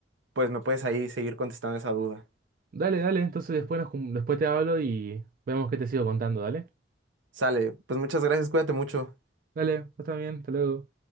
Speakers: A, on the right; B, on the right.
A: pues me puedes ahí seguir contestando esa duda?
B: Dale, dale, entonces después, nos, cum- después te hablo y vemos qué te sigo contando, dale.
A: Sale, pues muchas gracias, cuídate mucho.
B: Dale, está bien, hasta luego.